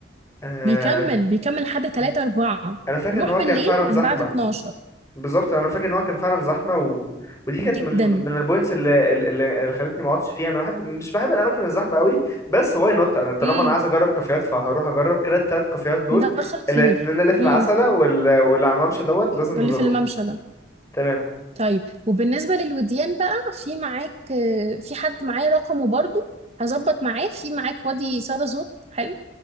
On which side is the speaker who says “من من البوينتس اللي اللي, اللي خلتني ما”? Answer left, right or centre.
Left